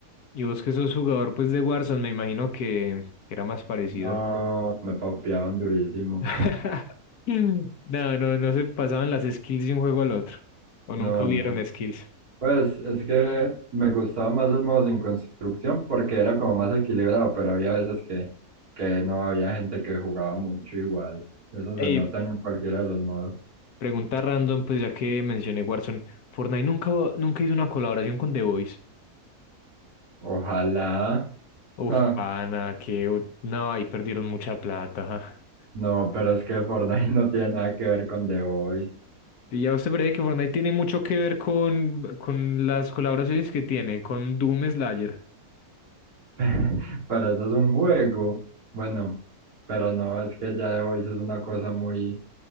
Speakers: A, on the left (about 80°); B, on the right (about 70°).
A: Y vos que sos jugador pues de Warzone, me imagino que, que era más parecido,
B: No,
A: ¿no?
B: me papeaban durísimo.
A: <laughs> Mm. No, no, no se pasaban las skills de un juego al otro. O
B: No,
A: nunca hubieron
B: no.
A: skills.
B: Pues es que me gustaba más el modo sin construcción porque era como más equilibrado, pero había veces que, que no había gente que jugaba mucho igual. Eso
A: Ey,
B: se nota en cualquiera de los modos.
A: pregunta random, pues ya que mencioné Warzone, Fortnite nunca, nunca hizo una colaboración con The Voice.
B: Ojalá.
A: Uf,
B: Ah,
A: pana, que o- no, ahí perdieron mucha plata. <laughs> ajá.
B: no, pero es que Fortnite <laughs> no tiene nada que ver con The Voice.
A: Y ya usted parece que Fortnite tiene mucho que ver con, con las colaboraciones que tiene, con Doom Slayer.
B: <laughs> Para eso es un juego. Bueno, pero no, es que ya The Voice es una cosa muy